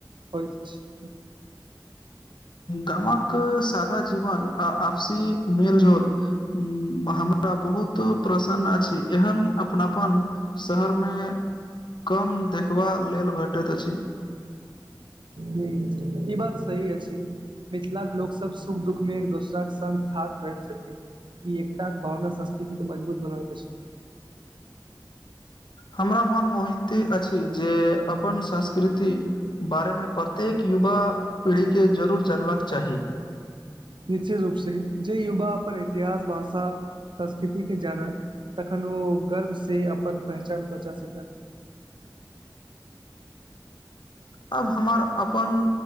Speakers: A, on the right; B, on the left.
A: होइत छै
B: गामक सधा जीवन आ आपसी मेलझोल उ हमरा बहुत प्रसन्न अछि एहन अपनापन शहर मे कम देखबा लेल भेटैत अछि
A: ह ई बात सही अछिथिल मिथिला लोक सब सुख दुख मे एक दोसरा के संग ठाठ रहैत छथिन ई एकटाक भावना संस्कृति के मजबूत बनाे अछि
B: हमरा मन मोहित अछि जे अपन संस्कृति बारे मे प्रत्येक युवा पीढ़ी के जरूर जानबाक चाही
A: निचे रूपसँ जे युवा अपन इतिहास भाषा संस्कृतिके जानत तखन ओ गर्वसँ अपन पहचान बचा सकत
B: आब हमार अपन